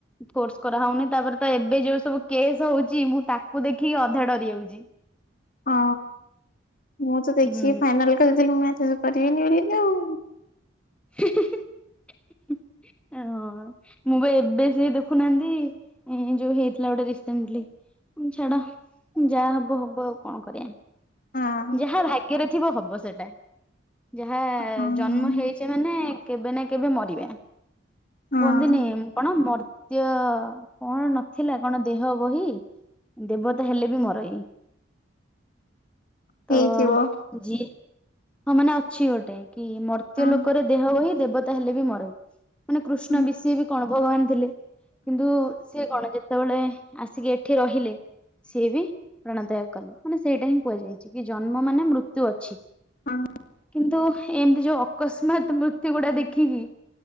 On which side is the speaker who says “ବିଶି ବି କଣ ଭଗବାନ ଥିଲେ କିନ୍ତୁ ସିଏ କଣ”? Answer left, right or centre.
Centre